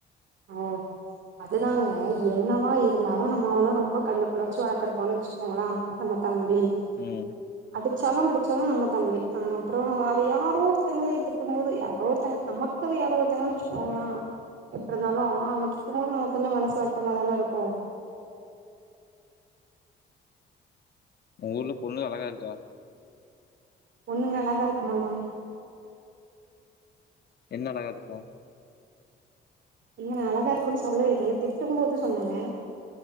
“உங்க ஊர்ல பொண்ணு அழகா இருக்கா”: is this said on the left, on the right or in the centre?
Left